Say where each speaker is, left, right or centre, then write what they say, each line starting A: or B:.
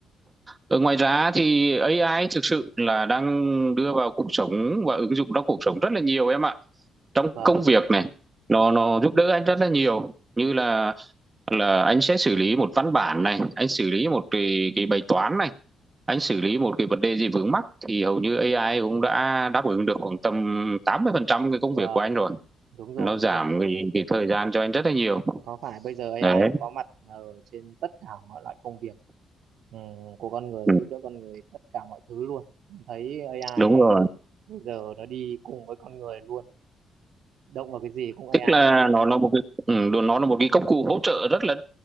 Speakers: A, on the right (about 15°); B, on the right (about 70°).
A: Ở ngoài ra thì AI thực sự là đang đưa vào cuộc sống và ứng dụng trong cuộc sống rất là nhiều em ạ. Trong
B: Vâng,
A: công việc này nó nó giúp đỡ anh rất là nhiều như là là anh sẽ xử lý một văn bản này, anh xử lý một cái cái bài toán này, anh xử lý một cái vấn đề gì vướng mắc thì hầu như AI cũng đã đáp ứng được khoảng tầm 80% cái công
B: vâng,
A: việc của anh rồi.
B: đúng rồi,
A: Nó
B: đúng
A: giảm
B: rồi.
A: cái cái thời gian cho anh rất là nhiều.
B: Có phải bây giờ AI
A: Đấy,
B: nó có mặt ở trên tất cả mọi loại công việc ừ, của con người,
A: ừm,
B: giúp đỡ con người tất cả mọi thứ luôn. Thấy AI
A: đúng rồi.
B: bây giờ nó đi cùng với con người luôn. Động vào cái gì cũng AI.
A: Tức là nó là một cái ừm, đ nó là một cái công cụ hỗ trợ rất là